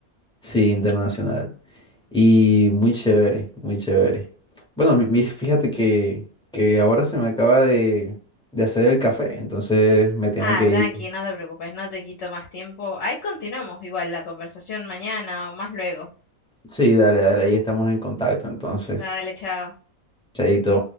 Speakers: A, in the centre; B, on the left.
A: Sí, internacional. Y muy chévere, muy chévere. Bueno, mi- mi- fíjate que, que ahora se me acaba de, de hacer el café, entonces me tengo
B: Ah,
A: que ir.
B: tranqui, no te preocupes, no te quito más tiempo. Ahí continuamos igual la conversación mañana o más luego.
A: Sí, dale, dale, ahí estamos en contacto, entonces.
B: Dale, chao.
A: Chaito.